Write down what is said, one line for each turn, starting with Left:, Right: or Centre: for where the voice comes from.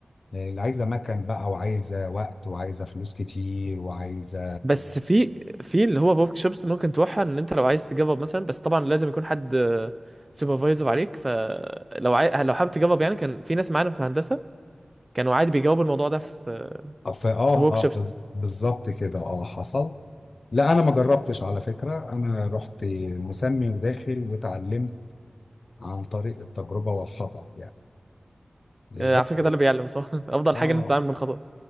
Left: آه، اللي عايزة مكان بقى وعايزة وقت وعايزة فلوس كتير وعايزة
Right: بس في في اللي هو ورك شوبس ممكن تروحها ان انت لو عايز تجرب مثلا بس طبعا لازم يكون حد سوبرفايزر عليك فلو عاي... لو حابب تجرب يعني كان في ناس معانا في هندسه كانوا عادي بيجاوبوا الموضوع ده في
Left: ف- اه
Right: في ورك
Left: اه
Right: شوبس
Left: بز- بالظبط كده اه حصل لا انا ما جربتش على فكرة انا رحت مسمي وداخل واتعلمت عن طريق التجربة والخطأ يعني
Right: آه
Left: بس
Right: على فكره ده اللي بيعلم صح <laughs> افضل
Left: اه
Right: حاجه انك تتعلم من الخطا